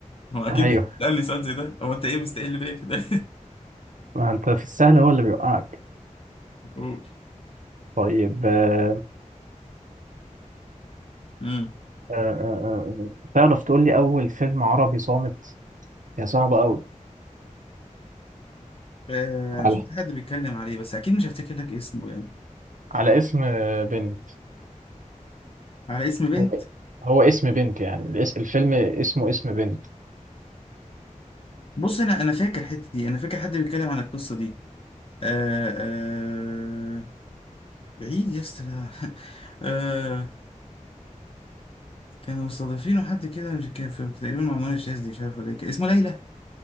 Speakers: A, on the left; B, on the right.
A: هو اكيد
B: أيوه
A: مش بتسالني سؤال زي ده هو انت ايه مستقل بيا كده
B: ما أنت في السهل هو اللي بيوقعك
A: <laughs> قول
B: طيب آه...
A: امم
B: آه... آه... آه، آه، تعرف تقول لي أول فيلم عربي صامت؟ هي صعبة أوي
A: آه، انا
B: على
A: شفت حد بيتكلم عليه بس اكيد مش هفتكر لك اسمه يعني
B: على اسم آه، بنت
A: على اسم بنت
B: هو هو اسم بنت يعني الاس- الفيلم اسمه اسم بنت
A: بص انا انا فاكر الحته دي انا فاكر حد بيتكلم عن القصه دي آه آه بعيد يا اسطى لا. <laughs> آه كانوا مستضيفينه حد كده مش كان في تقريبا مع منى الشاذلي مش عارف ولا ايه كان اسمه ليلى